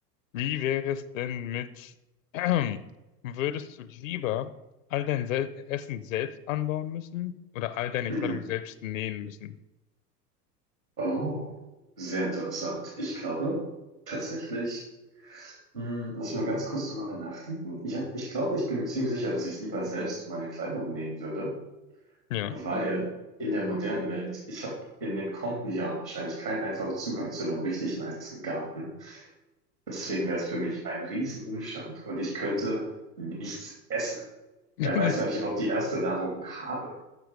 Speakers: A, on the left; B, on the right.
A: Wie wäre es denn mit, <clears throat> würdest du lieber all dein Sel Essen selbst anbauen müssen oder all deine
B: Mhm.
A: Kleidung selbst nähen müssen?
B: Oh, sehr interessant. Ich glaube tatsächlich, hm, lass mal ganz kurz drüber nachdenken. Ich hab, ich glaube, ich bin mir ziemlich sicher, dass ich lieber selbst meine Kleidung nähen würde.
A: Ja,
B: Weil in der modernen Welt, ich habe in den kommenden Jahren wahrscheinlich keinen einfachen Zugang zu einem richtig nicen Garten. Und deswegen wäre es für mich ein Riesenumstand und ich könnte nichts essen.
A: <laughs>
B: Wer
A: das,
B: weiß, wann ich überhaupt die erste Nahrung habe.